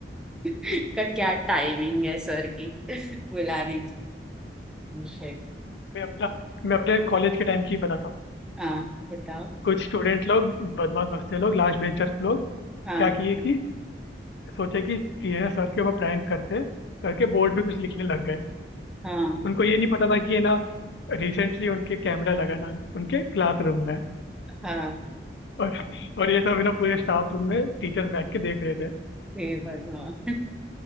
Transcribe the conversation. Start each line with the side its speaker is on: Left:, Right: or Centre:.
Centre: का
Left: <laughs>
Centre: क्या टाइमिंग है सर की बुलाने की Shit.
Left: मैं अपना मैं अपने कॉलेज के टाइम की बताता हूँ
Centre: हाँ बताओ
Left: कुछ स्टूडेंट लोग बदमाश बच्चे लोग लास्ट बेंचर्स लोग
Centre: हाँ
Left: क्या किए कि सोचे कि टीचर सर के ऊपर प्रैंक करते करके बोर्ड पे कुछ लिखने लग गए
Centre: हाँ
Left: उनको ये नहीं पता था कि ये ना रिसेंटली उनके कैमरा लगा था उनके क्लासरूम में
Centre: हाँ
Left: और और ये सब है ना पूरे स्टाफ रूम में टीचर्स बैठ के देख रहे थे
Centre: हे भगवान